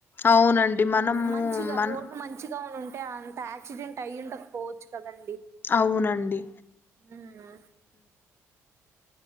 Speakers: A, on the left; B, on the right.
A: అవునండి. మనము
B: మంచిగా
A: మన్
B: రోడ్డు మంచిగా ఉనుం టే అంత యాక్సిడెంట్ అయ్యు ఉండకపోవచ్చు కదం
A: అవునండిమ్
B: ఉమ్,